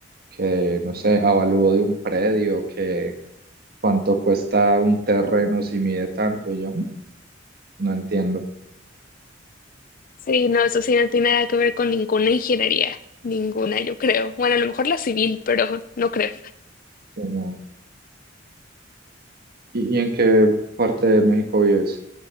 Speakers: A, on the right; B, on the left.
A: que, no sé, avalúo de un predio, que cuánto cuesta un terreno si mide tanto. Y yo, "Mm, no entiendo.
B: Sí, no, eso sí no tiene nada que ver con ninguna ingeniería. Ninguna, yo creo. Bueno, a lo mejor la civil, pero no creo.
A: Sí, no. ¿Y, y en qué parte de México vives?